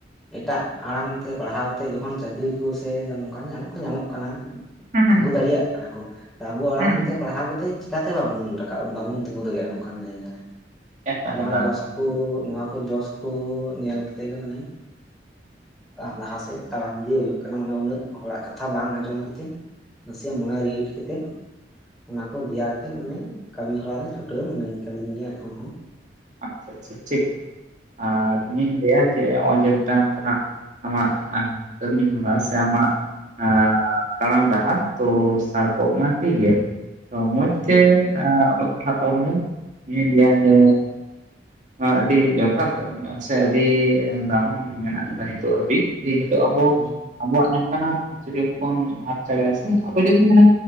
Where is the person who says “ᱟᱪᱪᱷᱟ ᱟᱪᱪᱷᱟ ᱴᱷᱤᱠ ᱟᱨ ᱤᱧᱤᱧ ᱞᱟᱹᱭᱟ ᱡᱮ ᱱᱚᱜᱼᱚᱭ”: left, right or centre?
Right